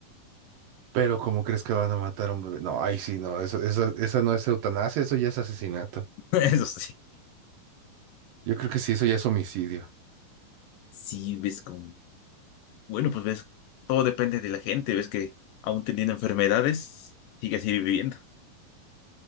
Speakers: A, on the right; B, on the left.
A: pero ¿cómo crees que van a matar a un bebé? No, ay, sí, no, eso, eso, esa no es eutanasia, eso ya es asesinato.
B: <laughs> Eso sí.
A: Yo creo que sí, eso ya es homicidio.
B: Sí, ves con... Bueno, pues ves, todo depende de la gente. Ves que aún teniendo enfermedades, sigue así viviendo.